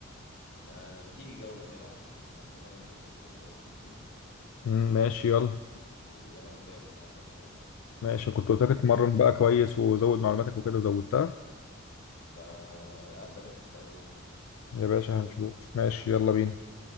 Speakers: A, on the left; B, on the left.
A: ما ما تيجي جوله كده عشان اخر مره انت كسبتني وغفلتني
B: مم، ماشي يلا
A: وانا متضايق من ساعتها بصراحه
B: ماشي كنت قلت لك اتمرن
A: جوله كمان
B: بقى كويس وزود معلوماتك وكده زودتها
A: ده انا قاعد بدح بقالي يومين
B: يا باشا
A: يلا
B: هنشوف
A: بينا
B: ماشي يلا بينا